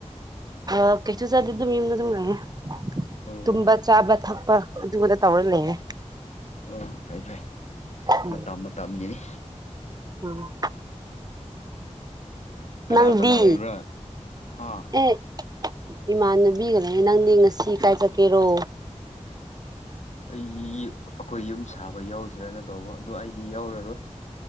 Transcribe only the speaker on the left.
ꯑꯣ
ꯑꯣ ꯐꯩ ꯐꯩ
ꯃꯇꯝ ꯃꯇꯝꯒꯤꯅꯤ
ꯀꯅꯥ
ꯀꯅꯥ ꯂꯩꯕ꯭ꯔꯥ ꯍꯥ
ꯑꯩ ꯑꯩꯈꯣꯏ ꯌꯨꯝ ꯁꯥꯕ ꯌꯥꯎꯁ ꯁꯤꯔꯅ ꯇꯧꯕ ꯑꯗꯨꯗꯣ ꯑꯩꯗꯤ ꯌꯥꯎꯔꯔꯣꯏ